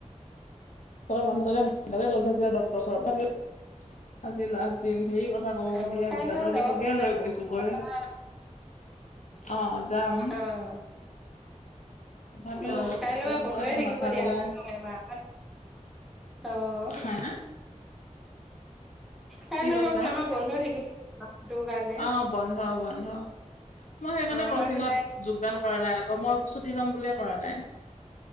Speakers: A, on the left; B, in the centre.
A: মানুহজনে মোক লগ ধৰিছিলে ডক্টৰৰ ওচৰত আজি লাষ্ট দিন, ধেৰ কথা ক'ব
B: অ',
A: বুলিয়ে
B: কাইলৈ
A: দাঁতৰ
B: যাব
A: বিষকে
B: পাৰিবা।
A: লৈ গৈছো। গৈ
B: <inaudible>
A: অ', যাম।
B: অ',
A: তথাপিও
B: অ', কাইলৈ
A: স্কুলত
B: পা বন্ধয়ে
A: গৈ সেই
B: থাকিব
A: মাথা
B: দিয়া
A: পেলাই
B: ন এমাহ। অ'।
A: হা
B: কাইলৈ
A: কি কৈছা?
B: পৰা বোলো আমাৰ বন্ধ থাকিব মাহটোৰ কাৰণে
A: অ', বন্ধ বন্ধ। মই সেইকাৰণে
B: অ', আমাৰতো
A: কচিঙত
B: নাই
A: যোগদান কৰা নাই আকৌ। মই ছুটি লম বুলিয়ে কৰা নাই।